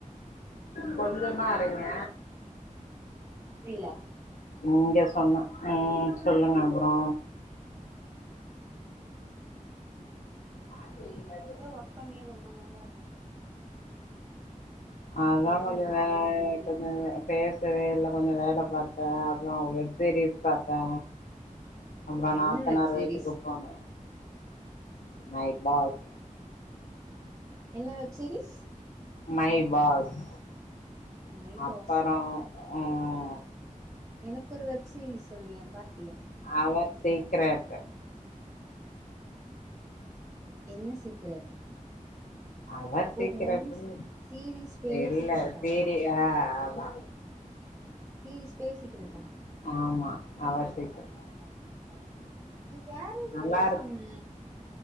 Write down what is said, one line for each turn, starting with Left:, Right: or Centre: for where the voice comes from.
Left: கொஞ்சமா அரைங்க
Right: புரில
Left: இங்க சொன்னே ம் சொல்லுங்க அப்பறோ பாட்டு ஏரியல
Right: இங்கயே ஒர்க் பண்ணியே ரொம்ப நாள் ஆச்சி
Left: அதா
Right: டூ டேஸா
Left: கொஞ்சோ
Right: நானு
Left: வே
Right: பிஸி
Left: கொஞ்சோ வே பேசவே இல்ல கொஞ்சோ வேலை பாத்தோ அப்பறோ வெப்சீரிஸ் பாத்தோ அப்பறோ
Right: என்ன
Left: நாத்தநார்
Right: வெப் சீரிஸ்
Left: வீட்டுக்கு போனே நைட் பாய்
Right: என்ன web series
Left: my boss
Right: my
Left: அப்பறோ
Right: பாஸா
Left: ம்
Right: எனக்கு ஒரு வெப் சீரிஸ் சொன்னியே அது பாத்
Left: அவர் சீக்ரெட்
Right: என்ன சீக்ரெட்
Left: அவர் சீக்ரெட்ன்னு
Right: ஓ மூவிஸ் சீரீஸ் பேரே
Left: இல்ல
Right: சீக்ரெட்டா
Left: சீரி ஆ ஆமா
Right: சீரிஸ் பேரு சீக்ரெட்டா
Left: ஆமா அவர் சீக்ரெட்.
Right: இது என்னடா புதுசா இருக்கு நீ வேற தான
Left: நல்லாருக்கு.
Right: சொன்ன